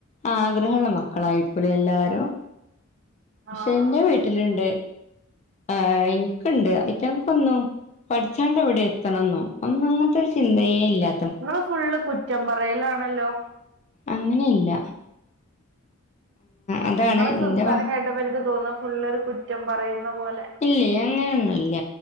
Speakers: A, on the left (about 30°); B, on the right (about 55°).
A: ആഗ്രഹള്ള മക്കളായിരിക്കുലെ എല്ലാരും പക്ഷെ
B: ആഹ്
A: എന്റെ വീട്ടിലുണ്ട് ആഹ എനക്ക്ണ്ട് അയിറ്റങ്ങൾക്കൊന്നും. പഠിച്ചാണ്ട് എവിടെ എത്തണന്നോ ഒന്ന അങ്ങനത്തെ ഒരു ചിന്തയേ ഇല്ലാ.
B: നിങ്ങള് ഫുള്ള് കുറ്റം പറയലാണല്ലോ?
A: അങ്ങനെയല്ല അതാണ്
B: നിങ്ങളെ
A: എന്റെ
B: സംസാരം
A: ഭ
B: കേട്ടപ്പോ എനിക്ക് തോന്നുന്നു ഫുള്ളൊരു കുറ്റം പറയുന്ന പോലെ.
A: ഇല്ല അങ്ങനെയൊന്നുല്ല